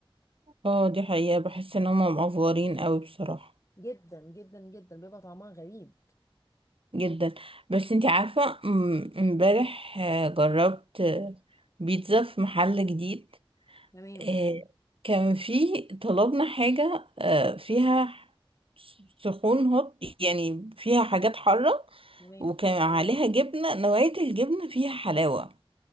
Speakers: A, on the right; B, on the left.
A: اه دي حقيقة بحس ان هم مقفورين قوي بصراحة
B: جدا جدا جدا بيبقى طعمها غريب
A: جدا بس انتي عارفة م- امبارح آه، جربت آه، بيتزا في محل جديد
B: تمام
A: آه، كان فيه طلبنا حاجة آه، فيها سخون هوت يعني فيها حاجات حارة
B: تمام
A: وكان عليها جبنة نوعية الجبنة فيها حلاوة